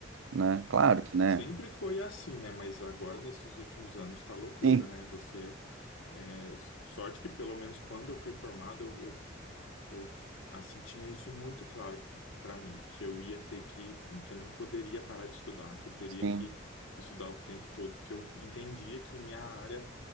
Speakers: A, on the right; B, on the left.
A: né? Claro que, né?
B: Sempre foi assim, né? Mas agora, nesses últimos anos, tá loucura,
A: Sim,
B: né? Você. é, sorte que, pelo menos, quando eu fui formado, eu, eu assim tinha isso muito claro para mim, que eu ia ter que, que eu não poderia parar de estudar, que eu teria
A: sim,
B: que estudar o tempo todo, porque eu entendia que minha área